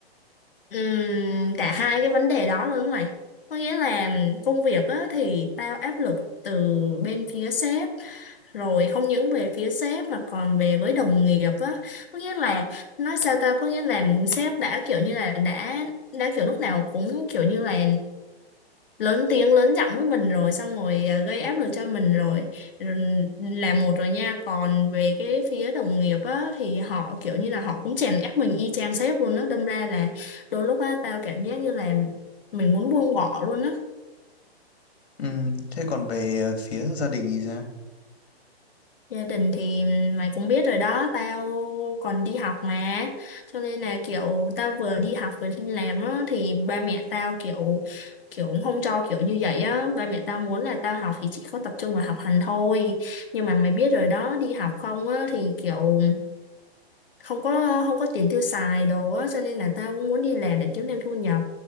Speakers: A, on the left; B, on the left.
A: Ừm, cả hai cái vấn đề đó luôn mày có nghĩa là công việc á, thì tao áp lực từ bên phía sếp rồi không những về phía sếp mà còn về với đồng nghiệp á có nghĩa là nói sao ta có nghĩa là sếp đã kiểu như là đã đã kiểu lúc nào cũng kiểu như là lớn tiếng lớn giọng với mình rồi xong rồi à, gây áp lực cho mình rồi Rồi ừ, là một rồi nha còn về cái phía đồng nghiệp á thì họ kiểu như là họ cũng chèn ép mình y chang sếp luôn á đâm ra là đôi lúc á tao cảm giác như là mình muốn buông bỏ luôn á
B: Ừm, thế còn về à, phía gia đình thì sao?
A: Gia đình thì mày cũng biết rồi đó, tao còn đi học mà. Cho nên là kiểu tao vừa đi học vừa đi làm á thì ba mẹ tao kiểu kiểu cũng không cho kiểu như vậy á, ba mẹ tao muốn là tao học thì chỉ có tập trung vào học hành thôi. Nhưng mà mày biết rồi đó, đi học không á thì kiểu không có không có tiền tiêu xài đồ á cho nên là tao cũng muốn đi làm để kiếm thêm thu nhập